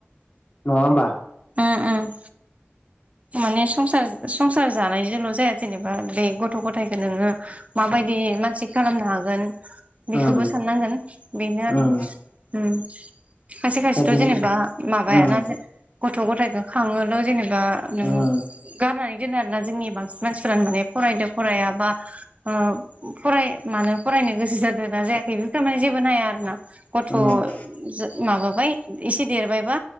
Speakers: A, on the left (about 40°); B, on the right (about 35°).
A: नङा होमबा।
B: ओम माने संसार संसार जानायजोंल' जाया। जेनेबा बे गथ' गथाइखौ नोङो माबायदि मानसि खालामनो हागोन। बेखोबो
A: ओम
B: साननांगोन बेनो आरो
A: ओम
B: ओम। खायसे खायसेथ'
A: दा बेनि
B: जेनेबा माबायाना
A: ओम
B: जे गथ' गथ' गथायखौ खाङोल' जेनेबा नोङो
A: ओम
B: गारनानै। बिदिनो आरोना जोंनि बांसिन मानसिफ्रानो माने फरायदो फराया बा ओ फराय मानो फराय। नायनो गोसो जादों ना जाया बेफोरखो माने जेबो नाया आरो ना। गथ'
A: ओम
B: जो माबाबाय एसे देरबायबा।